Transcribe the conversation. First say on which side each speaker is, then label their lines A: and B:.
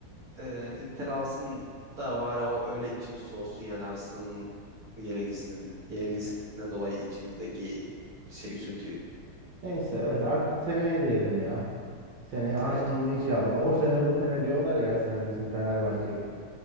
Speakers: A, on the right; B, on the right.
A: e, Inter alsın da var ya, o öyle içimiz soğusun yani Arsenal'ın yenilgisinin yenilgisinden dolayı içimizdeki şey üzüntüyü.
B: Neyse evet artık seneye diyelim ya. Seneye Arsenal
A: Hayır.
B: inşallah. O sene bu sene diyorlar ya her sene bizim Fenerbahçe